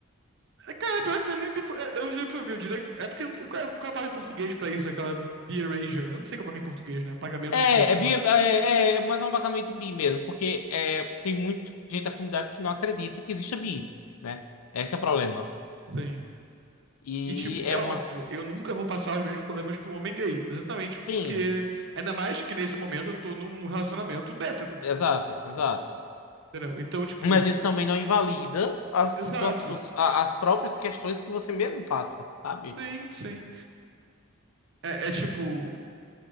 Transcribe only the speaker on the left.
É,
é bi,
é, é é mais um abagamento bi mesmo, porque é, tem muita gente da comunidade que não acredita que exista bi, né? Esse é o problema.
E
é
uma.
Sim,
exato, exato.
Mas isso também não invalida as,
situa- os- a- as próprias questões que você mesmo passa, sabe?